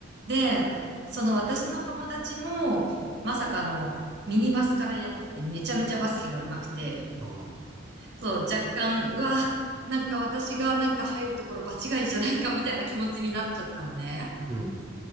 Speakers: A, on the right (about 60°); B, on the right (about 20°).
A: で、その私の友達も、まさかのミニバスからやってて、めちゃめちゃバスケが上手くて、
B: あ
A: そう、若干、うわ、なんか私がなんか入るところ場違いじゃないかみたいな気持ちになっちゃったのね。
B: ーうん。